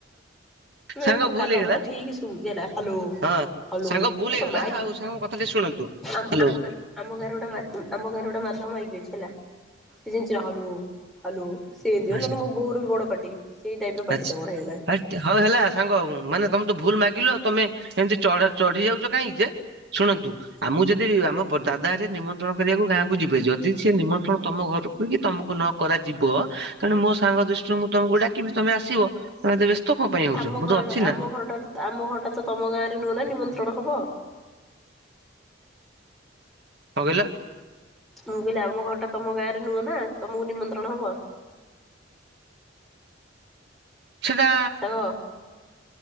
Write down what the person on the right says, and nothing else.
ସାଙ୍ଗ
ଭୁଲ
ହେଇଗଲା
ହଁ।
ସାଙ୍ଗ ଭୁଲ ହେଇଗଲା
ଆଉ ସାଙ୍ଗ ମୋ କଥା ଟିକେ ଶୁଣନ୍ତୁ
ହ୍ୟାଲୋ।
ଆଚ୍ଛା
ଆଚ୍ଛା
ହେ ହଉ ହେଲା ସାଙ୍ଗ ମାନେ ତମେ ତ ଭୁଲ ମାଗିଲ ତମେ ଏମିତି ଚଢ ଚଢି ଯାଉଚ କାହିଁକି ଯେ ଶୁଣନ୍ତୁ ଆମକୁ ଯଦି ଆମ ଦାଦା ହେରିକା ନିମନ୍ତ୍ରଣ କରିବାକୁ ଗାଁକୁ ଯିବେ ଯଦି ସେ ନିମନ୍ତ୍ରଣ ତମ ଘରକୁ କି ତମକୁ ନ କରାଯିବ ତେଣୁ ମୋ ସାଙ୍ଗ ଦୃଷ୍ଟିରୁ ମୁଁ ତମକୁ ଡାକିବି ତମେ ଆସିବ ତମେ ଏତେ ବ୍ୟସ୍ତ କଣ ପାଇଁ ହଉଛ
ମୁଁ
ତ ଅଛି
ନା।
କଣ କହିଲ?
ସେଟା